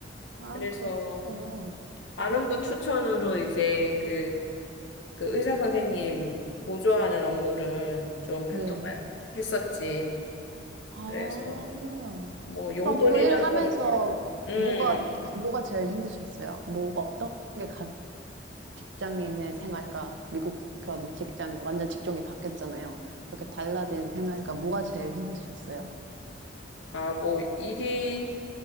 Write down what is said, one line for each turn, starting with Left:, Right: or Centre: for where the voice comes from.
Right: 아,
Left: 그래서
Right: 그러셨구나.
Left: 아는 분 추천으로 이제 그, 그 의사 선생님 보조하는 업무를 좀 한동안
Right: 네.
Left: 했었지.
Right: 아,
Left: 그래서 뭐 용돈이나
Right: 그럼 그 일 하면서
Left: 벌어보려고. 음,
Right: 뭐가, 뭐가 제일 힘드셨어요? 뭐, 어떤 게 가, 직장인의 생활과 미국 그런 직장인, 완전 직종이 바뀌었잖아요. 그렇게 달라진 생활과 뭐가 제일 힘드셨어요?
Left: 아, 뭐 일이